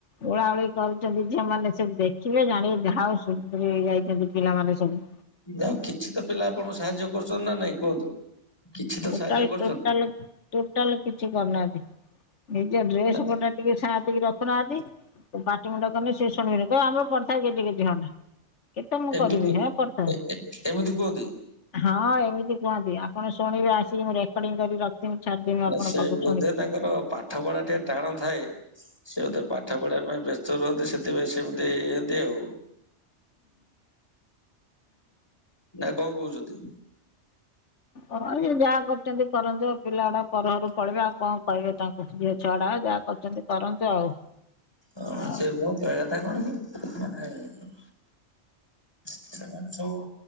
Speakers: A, on the left; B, on the left.
A: ଓଳାଓଳି କର ଝିଅମାନେ ସେ ଦେଖିବେ ଜାଣିବେ ଯାହାଉ ସୁଧୁରି ଯାଇଛନ୍ତି ପିଲାମାନେ ସବୁ।
B: ଯାହା କିଛି ତ ପିଲା ଆପଣ ସାହାଯ୍ୟ କରୁଛନ୍ତି ନା ନାଇଁ କୁହନ୍ତୁ? କିଛି ତ
A: ଟୋଟାଲ
B: ସାହାଯ୍ୟ କରୁଛନ୍ତି
A: ଟୋଟାଲ ଟୋଟାଲ କିଛି କରିନାହାନ୍ତି ନିଜ ଡ୍ରେସ
B: ନା
A: ପଟା ଟିକେ ସାତି ରଖ ଦେଖୁନାହାନ୍ତି ପାଟି ମୁଣ୍ଡ କନି ସେଏ ଶୁଣିବିନି କହ ଆମର ପଡିଥାଉ ଗିଜି ଗିଜୀ ହନି। କେତେ ମୁଁ
B: ଏମିତି
A: କରିବି
B: କୁ-
A: ହେ ପଡ଼ିଥା।
B: ଏ- ଏ- ଏମିତି କୁହନ୍ତି
A: ହଁ ଏମିତି କୁହନ୍ତି ଆପଣ ଶୁଣିବେ ଆସିକି ମୁଁ ରେକର୍ଡିଂ କରି ର ଯିମି ଛାଢିଦେବି
B: ନା
A: ଆପଣଙ୍କ
B: ସେ
A: ପାଖକୁ
B: ବୋଧେ
A: ଶୁଣି।
B: ତାଙ୍କର ପାଠ ପଢା ଟିକେ ଟାଣ ଥାଏ ସେଇଥା ପାଠ ପଢ଼ା ପାଇଁ ବ୍ୟସ୍ତ ରୁହନ୍ତି ସେଥିପାଇଁ ସେମିତି ତି ଆଉ ନା କଣ କହୁଛନ୍ତି?
A: ହଁ ଯାହା କରଛନ୍ତି କରନ୍ତୁ ଆଉ ପିଲା ଗୁଡା ପରଘର ପଳେଇିବ ଆଉ କଣ କହିବେ ତାଙ୍କୁ। ଯିଏ ଛଡା ଯାହା କରୁଛନ୍ତି କରନ୍ତୁ ଆଉ।
B: ହ
A: ଆଉ
B: ସେ ମୁଁ କହିବା କଥା କଣ କି? ସେମାନେ ସବୁ